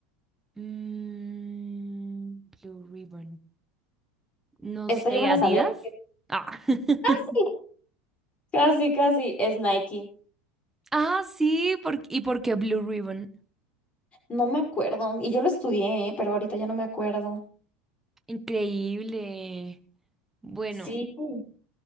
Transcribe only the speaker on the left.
Esta
yo me la
sabía porque
sí, casi, casi es Nike.
No me acuerdo. Y yo lo estudié, ¿eh? pero ahorita ya no me acuerdo.
Sí. <gasps>